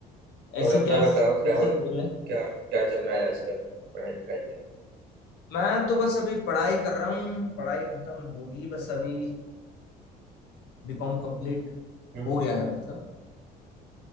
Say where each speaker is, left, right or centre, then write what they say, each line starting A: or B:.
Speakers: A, on the left; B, on the right.
A: ऐसे
B: और अपना
A: क्या
B: बताओ
A: फ्यूचर
B: क्या हो
A: गोल है
B: क्या क्या चल रहा है आजकल पढ़ाई लिखाई में
A: मैं तो बस अभी पढ़ाई कर रहा हूँ पढ़ाई खत्म होगी बस अभी बीकॉम कंप्लीट
B: हम्म
A: हो
B: हम्म।
A: गया है मतलब